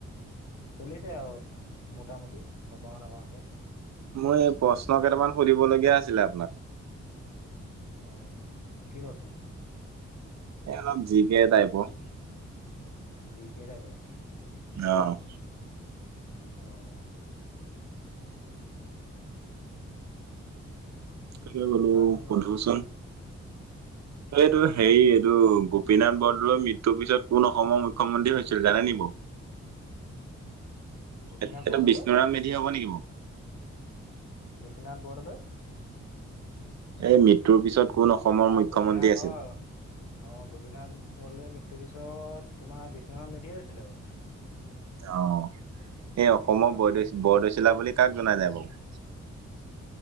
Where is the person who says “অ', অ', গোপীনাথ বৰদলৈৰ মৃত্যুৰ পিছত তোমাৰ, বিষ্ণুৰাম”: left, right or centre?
Left